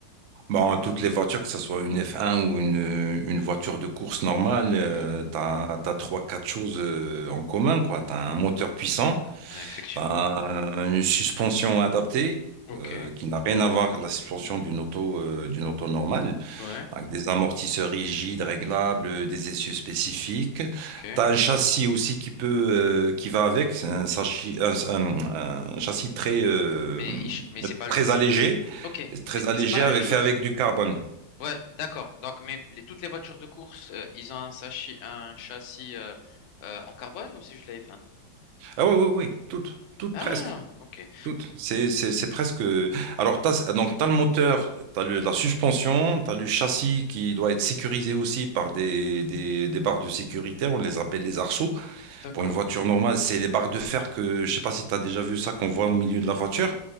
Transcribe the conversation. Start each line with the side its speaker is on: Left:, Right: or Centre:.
Right: Bon, toutes les voitures, que ce soit une F1 ou une, une voiture de course normale, euh,
Left: Mhm.
Right: t'as, t'as trois, quatre choses euh, en commun, quoi. T'as un moteur puissant,
Left: Ouais, effectivement.
Right: t'as un- une suspension adaptée,
Left: Ok.
Right: euh, qui n'a rien à voir avec la suspension d'une auto, euh, d'une auto normale,
Left: Ouais.
Right: avec des amortisseurs rigides, réglables, euh, des essieux spécifiques.
Left: Ok.
Right: T'as un châssis aussi qui peut, euh, qui va avec, c'est un, sachi- un- un- un châssis très, euh,
Left: Mais il ch- mais c'est pas le-
Right: très
Left: c'est
Right: allégé,
Left: ok.
Right: très
Left: Mais, mais
Right: allégé
Left: c'est pas la
Right: avec,
Left: même chose.
Right: fait avec du carbone.
Left: Ouais, d'accord. Donc, mais les, toutes les voitures de course, euh, ils ont un sachi- un châssis euh, euh, en carbone ou c'est juste la F1?
Right: Ah oui, oui, oui, toutes, toutes
Left: Ah,
Right: presque,
Left: ok.
Right: toutes. C'est, c'est, c'est presque. Alors, t'as, donc, t'as le moteur, t'as le, la suspension, t'as le châssis qui doit être sécurisé aussi par des, des, des barres de sécurité. On les appelle les arceaux.
Left: D'accord.
Right: Pour une voiture normale, c'est les barres de fer que, je sais pas si t'as déjà vu ça, qu'on voit au milieu de la voiture.